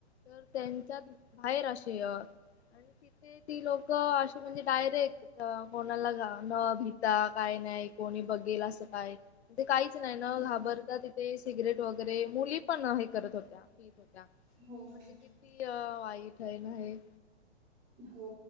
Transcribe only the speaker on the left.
तर त्यांच्यात बाहेर असे आणि तिथे ती लोक अशी म्हणजे डायरेक्ट कोणाला न भिता काय नाही कोणी बघेल असं काय. ते काहीच नाही ना
घाबरता तिथे सिगरेट वगैरे मुली पण हे करत होत्या. होत्या
म्हणजे किती वाईट आहेन हे.